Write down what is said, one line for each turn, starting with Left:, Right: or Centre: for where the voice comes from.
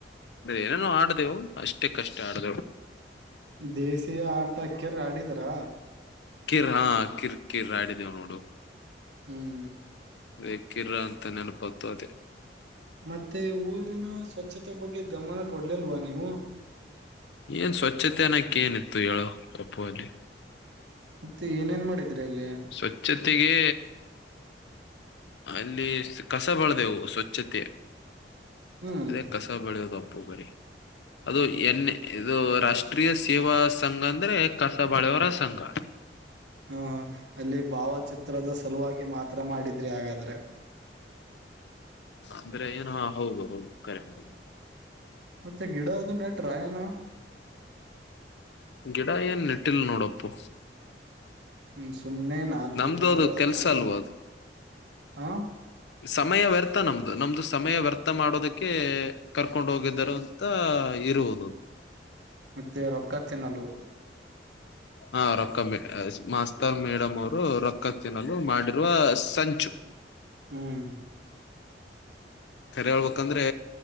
Left: ಏನೋ ಆಡತೆವು. ಅಷ್ಟೇ ಕಷ್ಟೆ ಆಡ್ದು
Right: ದೇಸಿಯ ಆಟಕ್ಕಿರ್ ಆಡಿದ್ರಾ.
Left: ಕಿರ್ ಹಾ ಕಿರ್ ಕಿರ್ ಆಡಿದ್. ನೋಡಿ. ು
Right: ಹ್ಮ್
Left: ದಕ್ಕಿರ ಅಂತ ನೆನಪಾಗ್ತಾ ಅದೇ.
Right: ಮತ್ತೆ ಊರಿನ ಸ್ವಚ್ಛತೆ ಬಗ್ಗೆ ಗಮನ ಕೊಡ್ಲಿಲ್ವಾ ನೀವು.
Left: ಏನ್ ಸ್ವಚ್ಚೆತೆ ಅನ್ನಕೆ ಏನಿತ್ತು ಹೇಳು ರಪ್ಪಲ್ಲಿ
Right: ಮತ್ತೆ ಏನೇನ್ ಮಾಡಿದ್ರಿ ಅಲ್ಲಿ.
Left: ಸ್ವಚ್ಛತೆಗೆ ಅಲ್ಲಿ ಕಸ ಬಳ.. ಸ್ವಚ್ಛತೆ
Right: ಹ್ಮ್
Left: ಅದ ಕಸ ಬಳ್ಯೊದು. ಪ್ಪಬರಿ ಅದು ಎನ್ ಇದು ರಾಷ್ಟ್ರೀಯ ಸೇವಾ ಸಂಘ ಅಂದ್ರೆ ಕಸಬಳೆಯವರ ಸಂಘ.
Right: ಹಾ ಅಲ್ಲಿ ಭಾವಚಿತ್ರದ ಸಲುವಾಗಿ ಮಾತ್ರ ಮಾಡಿದ್ರಿ ಹಾಗಾದ್ರೆ.
Left: ಅಂದ್ರೆ ಏನು ಹೌದು ಹೌದು ಕರೆಕ್ಟ್.
Right: ಮತ್ತೆ ಗಿಡ ಅದು ನೆಟ್ರಾ ಏನು.
Left: ಗಿಡ ಏನ್ ನೆಟ್ಟಿಲ್ ನೋಡಪ್ಪು.
Right: ಹ್ಮ್ ಸುಮ್ನೆ ನಾಲ್ಕು
Left: ನಮ್ದು
Right: ದಿನಗಳ
Left: ಅದು ಕೆಲ್ಸ
Right: ಕಾಲ
Left: ಅಲ್ವ ಅದು
Right: ಹಾ
Left: ಸಮಯ ವ್ಯರ್ಥ ನಮ್ದು ನಮ್ದು ಸಮಯ ವ್ಯರ್ ಥ ಮಾಡೋದಕ್ಕೆ ಕರ್ಕೊಂಡ್ ಹೋಗಿದ್ದರು ಅಂತ. ಇರುವುದು
Right: ಮತ್ತೆ ರೊಕ್ಕ ತಿನ್ನಲು.
Left: ಹಾ ರೊಕ್ಕ ಮ ಮಾಸ್ತರ್ ಮೇಡಮ್ ಅವರು ರೊಕ್ಕ ತಿನ್ನಲು ಮಾಡಿರುವ ಸಂಚು.
Right: ಹ್ಮ್
Left: ಕರೆ ಹೇಳ್ಬಕ್. ಯಾಕಂದ್ರೆ